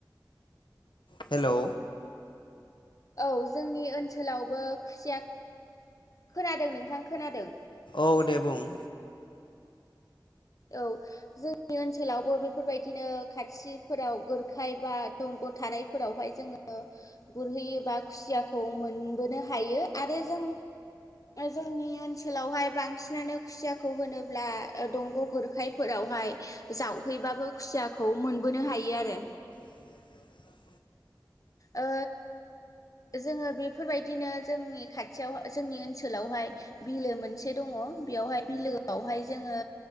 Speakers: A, on the left; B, on the left.
A: हेल'
B: औ जोंनि ओनसोलावबो खुसिया खोनादों नोंथां खोनादों।
A: औ दे बुं।
B: औ जोंनि ओनसोलावबो बेफोरबायदिनो खाथिफोराव गोरखाय बा दं ग' थानायफोरावहाय जोङो गुरहैयोबा खुसियाखौ मोनबोनो हायो आरो जों जोंनि ओनसोलावहाय बांसिनानो खुसियाखौ होनोब्ला ओ दं ग' गुरखायफोरावहाय जावहैबाबो खुसियाखौ मोनबोनो हायो आरो
A: <inaudible>
B: ओ जोङो बेफोरबायदिनो जोंनि खाथियाव जोंनि ओनसोलावहाय बिलो मोनसे दं ङ' बिआवहाय बिलोआवहाय जोङो